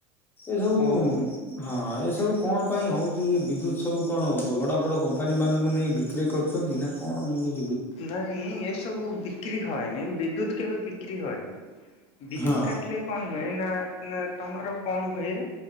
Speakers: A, on the left; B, on the left.
A: ଏ ସବୁ ହଁ
B: ଓହୋ
A: ଏ ସବୁ କଣ ପାଇଁ ହଉଛି ଏ ବିଦ୍ୟୁତ ସବୁ କଣ ବଡ ବଡ କମ୍ପାନୀ ମାନଙ୍କୁ ନେଇ ବି କ୍ରି କରୁଛନ୍ତି ନା କଣ ମୁଁ କି
B: ନାଇଁ ଏସବୁ ବିକ୍ରି ହଏନି ବିଦ୍ୟୁତ କେବେ ବିକ୍ରି ହଏନି। ବିଦ୍ୟୁତ
A: ହଁ
B: କାଟିଲେ କଣ ହୁଏ ନା ନା ତମର କଣ ହୁଏ